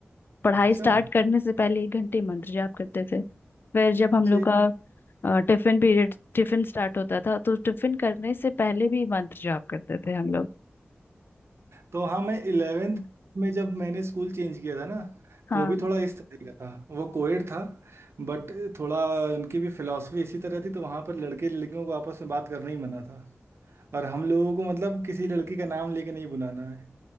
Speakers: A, on the left; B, on the right.
A: पढ़ाई
B: अच्छा
A: स्टार्ट करने से पहले एक घंटे मंत्र जाप करते थे फिर जब
B: अच्छा
A: हम लोग
B: ये
A: का टिफिन पीरियड टिफिन स्टार्ट होता था तो टिफिन करने से पहले भी मंत्र जाप करते थे हम लोग
B: तो हाँ मैं इलेवेंथ में जब मैंने स्कूल चेंज किया था ना
A: हाँ
B: तो भी थोड़ा इस तरह का था वो कोएड था बट थोड़ा उनकी भी फिलॉसफी इसी तरह थी तो वहाँ पर लड़के लड़कियों को आपस में बात करना ही मना था और हम लोगों को मतलब किसी लड़की का नाम लेके नहीं बुलाना है